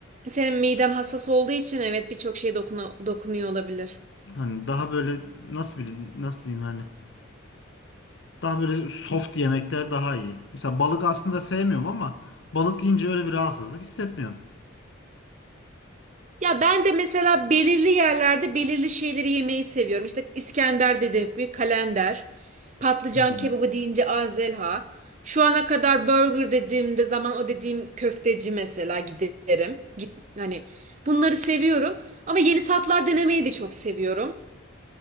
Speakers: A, on the right; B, on the left.
A: Senin miden hassas olduğu için evet birçok şeye dokunu- dokunuyor olabilir.
B: Hani daha böyle nasıl bileyim nasıl diyeyim hani daha böyle soft yemekler daha iyi. Mesela balık aslında sevmiyorum ama balık yiyince öyle bir rahatsızlık hissetmiyorum.
A: Ya ben de mesela belirli yerlerde belirli şeyleri yemeyi seviyorum. İşte İskender dediğim gibi kalender, patlıcan
B: Hmm.
A: kebabı deyince Azelha. Şu ana kadar burger dediğimde zaman o dediğim köfteci mesela giderim. Git, hani bunları seviyorum. Ama yeni tatlar denemeyi de çok seviyorum.